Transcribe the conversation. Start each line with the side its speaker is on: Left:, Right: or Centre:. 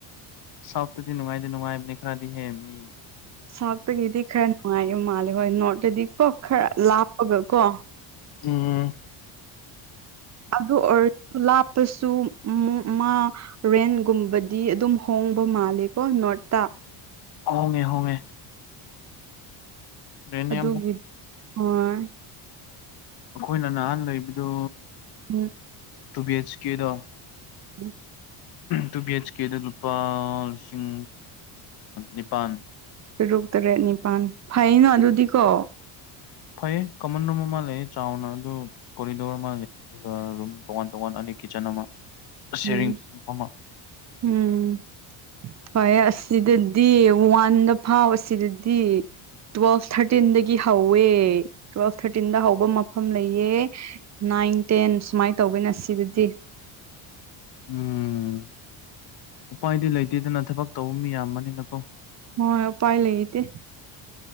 Left: ꯁꯥꯎꯊ ꯇꯥꯗꯤ ꯅꯨꯡꯉꯥꯏꯗꯤꯅꯨꯡꯉꯥꯏꯕꯅꯦ ꯈꯔꯥꯗꯤ ꯍꯦꯕꯤ
Right: ꯁꯥꯎꯠꯇꯒꯤꯗꯤ ꯈꯔ ꯅꯨꯡꯉꯥꯏꯕ ꯃꯥꯜꯂꯦ ꯍꯣꯏ ꯅꯣꯔꯠꯇꯗꯤ ꯀꯣ ꯈꯔ ꯂꯥꯞꯄꯒ ꯀꯣ
Left: ꯎꯝ
Right: ꯑꯗꯨ ꯑꯣꯏꯔ ꯂꯥꯞꯄꯁꯨ ꯃꯥ ꯃꯥ ꯔꯦꯟꯒꯨꯝꯕꯗꯤ ꯑꯗꯨꯝ ꯍꯣꯡꯕ ꯃꯥꯜꯂꯦꯀꯣ ꯅꯣꯔꯊ ꯇ
Left: ꯍꯣꯡꯉꯦ ꯍꯣꯡꯉꯦ ꯔꯦꯟ
Right: ꯑꯗꯨꯒꯤ
Left: ꯌꯥꯝ ꯍꯣꯡ
Right: ꯍꯣꯏ
Left: ꯑꯈꯣꯏꯅ ꯅꯍꯥꯟ ꯂꯩꯕꯗꯣ
Right: ꯎꯝ
Left: ꯇꯨ ꯕꯤ ꯑꯩꯆ ꯀꯦꯗꯣ
Right: ꯎꯝ
Left: ꯇꯨ ꯕꯤ ꯑꯩꯩꯆ ꯀꯦꯗ ꯂꯨꯄꯥ ꯂꯤꯁꯤꯡ ꯅꯤꯄꯜ
Right: ꯇꯔꯨꯛ ꯇꯔꯦꯠ ꯅꯤꯄꯥꯜ ꯐꯩꯩꯅꯣ ꯑꯗꯨꯗꯤꯀꯣ
Left: ꯐꯩꯌꯦ ꯀꯃꯟ ꯔꯨꯝ ꯑꯃ ꯂꯩꯌꯦ ꯆꯥꯎꯅ ꯑꯗꯨ ꯀꯣꯔꯤꯗꯣꯔ ꯑꯃ ꯂꯩ ꯑ ꯔꯨꯝ ꯇꯣꯉꯥꯟ ꯇꯣꯉꯥꯟ ꯑꯅꯤ ꯀꯤꯆꯟ ꯑꯃ ꯁꯦꯔꯤꯡ
Right: ꯎꯝ
Left: ꯑꯃ
Right: ꯎꯝ ꯍꯣꯏ ꯑꯁꯤꯗꯗꯤ ꯋꯥꯟꯗ ꯐꯥꯎ ꯑꯁꯤꯗꯗꯤ ꯇꯨꯋꯦꯜꯐ ꯊꯥꯔꯇꯤꯟꯗꯒꯤ ꯍꯧꯋꯦ ꯇꯨꯋꯦꯜꯐ ꯊꯥꯔꯇꯤꯟꯗ ꯍꯧꯕ ꯃꯐꯝ ꯂꯩꯌꯦ ꯅꯥꯏꯟ ꯇꯦꯟ ꯁꯨꯃꯥꯏꯅ ꯇꯧꯕ ꯅ ꯁꯤꯗꯗꯤ
Left: ꯎꯝ ꯎꯄꯥꯏꯗꯤ ꯂꯩꯇꯦꯗꯅ ꯊꯕꯛ ꯇꯧꯕ ꯃꯤ ꯌꯥꯝꯕꯅꯤꯅꯀꯣ
Right: ꯍꯣꯏ ꯄꯥꯏ ꯂꯩꯗꯤꯦ